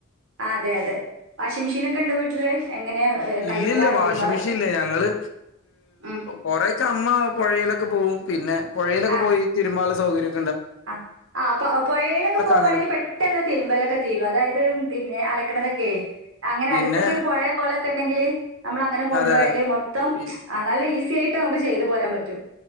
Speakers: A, on the right; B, on the left.
A: അതെ അതെ വാഷിംഗ് മെഷീനൊക്കെ ഒണ്ടോ വീട്ടില് എങ്ങനെ കല്ലുമ്മലാണോ
B: ഇല്ലില്ല വാഷിംഗ്
A: തിരുമ്പാറൊക്കെ
B: മെഷീൻ ഇല്ല ഞങ്ങള്
A: ഉം
B: കൊറേയൊക്കെ അമ്മ പൊഴയിലൊക്കെ പോവും പിന്നെ പൊഴയിലൊക്കെ
A: ആഹ്
B: പോയി തിരുമ്മാനൊള്ള സ സൗകര്യം
A: ആഹ് ആ പൊഴയിലൊക്കെ പോവാണെങ്കില്
B: അങ്ങനെ പോകും
A: പെട്ടെന്ന് തിരുമലൊക്കെ തീരും അതായത് പിന്നെ അലക്കണതൊക്കെ അങ്ങനെ
B: പിന്നെ
A: അടുത്തൊക്കെ ഒരു പൊഴയോ കൊളൊക്കെ ഉണ്ടെങ്കില് നമ്മള് അങ്ങനെ കൊണ്ടുപോയാല്
B: അതെ അതെ
A: മൊത്തം
B: പി
A: ആ നല്ല ഈസ് ത്തിയായിട്ട് നമ്മുക്ക് ചെയ്ത് പോരാൻ പറ്റും